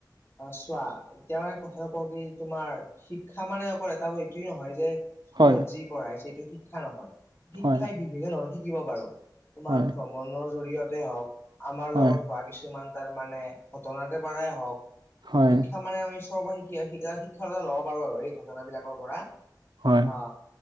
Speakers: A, on the left; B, on the right.
A: অ চোৱা এতিয়া মানে কথাটো কওঁ কি তোমাৰ শিক্ষা মানে অকল এটা এইটোয়ে নহয় যে স্কুলত
B: হয়
A: যি পঢ়াইছে সেইটো শিক্ষা নহয়, শিক্ষাই
B: হয়
A: বিভেষে ন শিকিব পাৰোঁ তোমাৰ
B: হয়
A: ফ- মনৰ জৰিয়তে হওঁক আমাৰ
B: হয়
A: লগত হোৱাত কিছুমান তাৰ মানে ঘটনা পৰাই হওঁক
B: হয়
A: শিক্ষা মানে আমিচ শিক্ষকৰ শিকি আহি শিকা শিক শিক্ষা এটা ল'ব পাৰো আৰু এই ঘটনাবিলাকৰ পৰা
B: হয়
A: অহ